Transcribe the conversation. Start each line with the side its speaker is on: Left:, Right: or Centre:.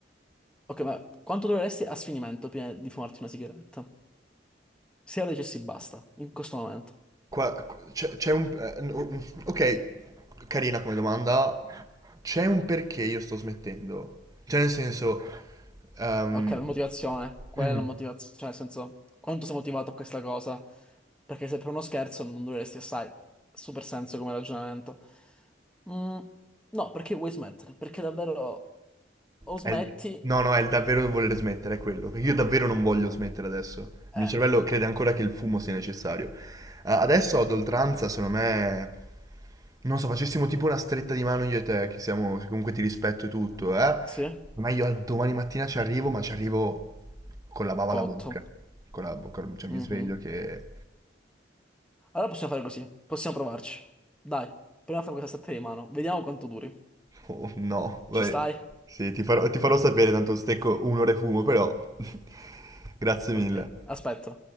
Centre: Ok, ma quanto dureresti a sfinimento prima di fumarti una sigaretta? Se lo dicessi basta, in questo momento.
Right: Qua c'è c'è un... eh, no- ok, carina come domanda. C'è un perché io sto smettendo. Cioè, nel senso... ehm,
Centre: Ok, la motivazione, qual
Right: mm.
Centre: è la motivazione? Cioè, nel senso, quanto sei motivato a questa cosa? Perché se per uno scherzo non dureresti assai, super senso come ragionamento. Mm, no, perché vuoi smettere? Perché davvero o smetti,
Right: È il- No, no, è il davvero voler smettere, è quello. Perché io davvero non voglio smettere adesso. Il
Centre: eh,
Right: mio cervello crede ancora che il fumo sia necessario. Eh, adesso ad oltranza, secondo me... Non so, facessimo tipo una stretta di mano io e te, che siamo... che comunque ti rispetto e tutto, eh?
Centre: sì,
Right: Ma io al domani mattina ci arrivo, ma ci arrivo con la bava
Centre: cotto.
Right: alla bocca. Con la bocca... Cioè mi
Centre: Mhm.
Right: sveglio che...
Centre: Allora possiamo fare così, possiamo provarci. Dai, proviamo a fare questa stretta di mano, vediamo quanto duri.
Right: Oh no, vai.
Centre: Ci stai?
Right: Sì, ti farò, ti farò sapere, tanto stecco un'ora e fumo, però... <laughs> Grazie mille.
Centre: Ok, aspetto.